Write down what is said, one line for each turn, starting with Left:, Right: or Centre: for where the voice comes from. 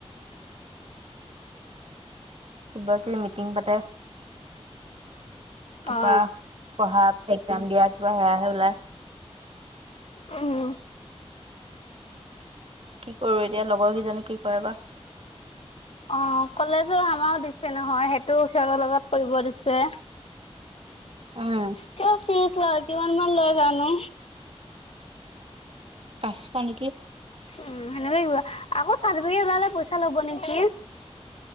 Right: বৈ কি মিটিং পাতে <unintelligible> কিবা
Left: অ
Right: পঢ়া একজাম দিয়া কিবা হেয়া হে ওলাই।
Left: উম।
Right: কি কৰো এতিয়া লগৰ কেইজনী কি কৰে বা।
Left: অ, কলেজৰ আমাৰ দিছে নহয় সেইটোও সিহঁতৰ লগত কৰিব দিছে।
Right: উম।
Left: কিয় ফিছ লয়, কিমান মান লৈ জানো।
Right: পাঁচশ নেকি।
Left: উম সেনেকে কিবা, আকৌ চাৰ্টিফিকেট ওলালে পইচা ল'ব নেকি।